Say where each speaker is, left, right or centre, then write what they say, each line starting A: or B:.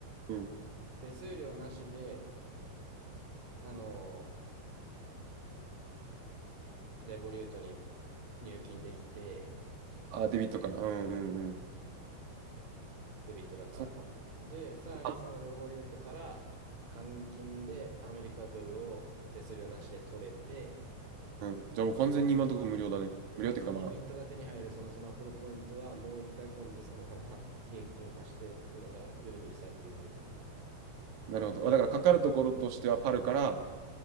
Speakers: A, on the right; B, on the right.
A: うん。
B: 手数料なしで、あの、レボリュートに入金できて、
A: あ、デビットから。うんうんうん。
B: デビットだから。
A: そっ
B: で、さらにそのレボリュートから換金でアメリカドルを手数料なしで取れて、
A: か。うん。じゃあもう完全に今のところ無料だね。
B: で、
A: 無料っていうかまあ、
B: かつポイントが手に入るそのスマプロポイントはもう一回今度そのまま <laughs> 現金化してっていうのがぐるぐるサイクルでできるね。
A: なるほど。あだからかかるところとしてはパルから